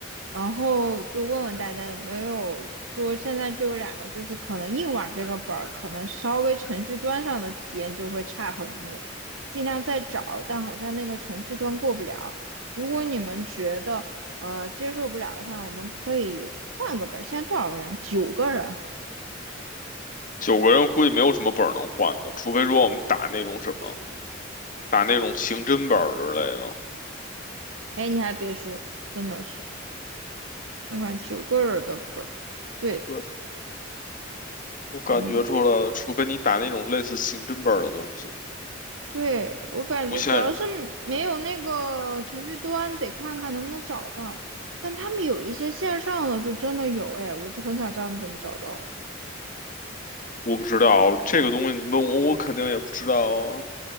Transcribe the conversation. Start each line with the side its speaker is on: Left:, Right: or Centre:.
Right: 然后就问问大家有没有说现在就有两个，就是可能硬网这个本儿，可能稍微程序端上的体验就会差很多，尽量再找，但好像那个程序端过不了。如果你们觉得呃接受不了的话，我们可以换个本儿。现在多少个人？九个人。
Left: 九个人估计没有什么本儿能换的，除非说我们打那种什么，打那种刑侦本儿之类的。
Right: 哎，你还别说，真的是看看九个人的本儿，对，
Left: 对，我感觉出来了，
Right: 嗯。
Left: 除非你打那种类似刑侦本儿的东西，
Right: 对，我感觉主要是没有那个程序端，
Left: 不限人。
Right: 得看看能不能找到。但他们有一些线上的就真的有，哎，我就很想知道他们怎么找到了。
Left: 我不知道这个东西，你问我，我肯定也不知道啊，